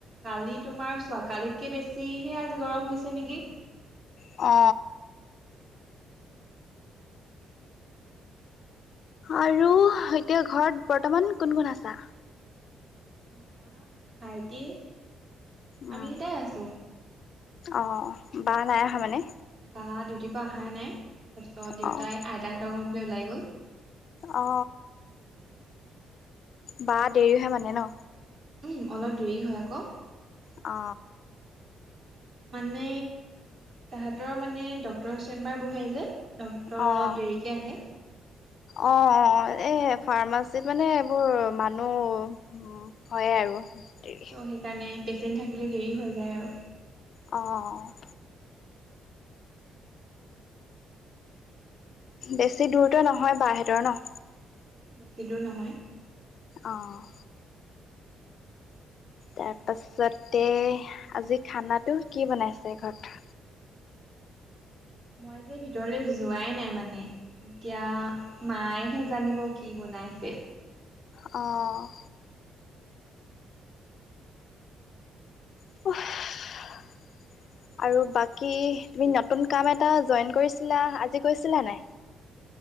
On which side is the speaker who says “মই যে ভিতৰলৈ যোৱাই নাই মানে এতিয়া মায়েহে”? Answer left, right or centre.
Right